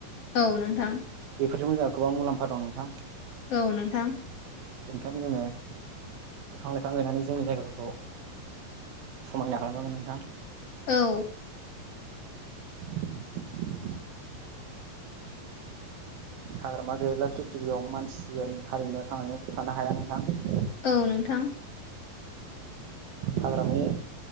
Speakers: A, on the left; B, on the right.
A: औ नोंथां।
B: बेफोरजों जोंहा गोबां मुलाम्फा दं नोंथां।
A: औ नोंथां।
B: बेनिखायनो जोङो बिफां लाइफां गायनानै जोंनि जायगाफोरखौ। समायना खालामनांगोन नोंथां।
A: औ।
B: <inaudible> हाग्रामा गैयाब्ला प्रिथिबियाव मानसि हारिआनो थांनानै थानो हाया नोंथां।
A: औ नोंथां।
B: हाग्रामनि